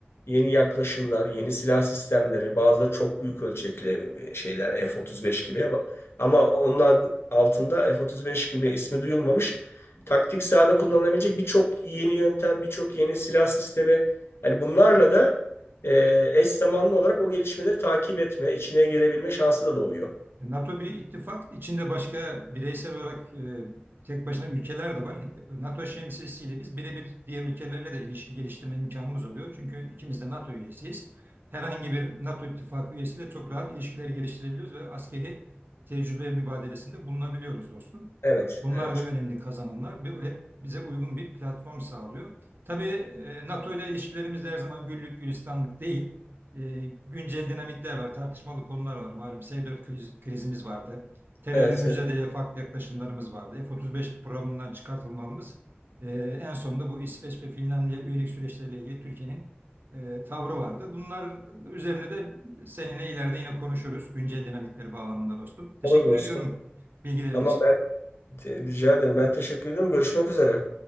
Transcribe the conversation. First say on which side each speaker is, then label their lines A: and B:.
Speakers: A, on the left; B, on the right.
A: yeni yaklaşımlar, yeni silah sistemleri, bazıları çok büyük ölçekli e, şeyler F-35 gibi ama ama onlar altında F-35 gibi ismi duyulmamış taktik sahada kullanılabilecek birçok yeni yöntem, birçok yeni silah sistemi. Yani bunlarla da e, eş zamanlı olarak o gelişmeleri takip etme, içine girebilme şansı da doğuyor.
B: E, NATO bir ittifak. İçinde başka bireysel olarak e, tek başına ülkeler de var. E, NATO şemsiyesiyle biz birebir diğer ülkelerle de ilişki geliştirme imkanımız oluyor. Çünkü ikimiz de NATO üyesiyiz. Herhangi bir NATO ittifakı üyesiyle çok rahat ilişkiler geliştirebiliyoruz ve askeri tecrübe mübadelesinde bulunabiliyoruz dostum.
A: Evet,
B: Bunlar
A: evet.
B: da önemli kazanımlar. Bu hep bize uygun bir platform sağlıyor. Tabii e, NATO ile ilişkilerimiz de her zaman güllük gülistanlık değil. E, güncel dinamikler var, tartışmalı konular var. Malum S-4 kriz- krizimiz vardı. Terörle
A: Evet.
B: mücadeleye
A: evet.
B: farklı yaklaşımlarımız vardı. F-35 programından çıkartılmamız e, en sonunda bu İsveç ve Finlandiya üyelik süreçleriyle ilgili Türkiye'nin e, tavrı vardı. Bunlar üzerinde de seninle ileride yine konuşuruz. Güncel dinamikleri bağlamında dostum. Teşekkür
A: Olur dostum.
B: ediyorum bilgilerin
A: Tamam
B: için.
A: ben te- rica ederim. Ben teşekkür ederim. Görüşmek üzere.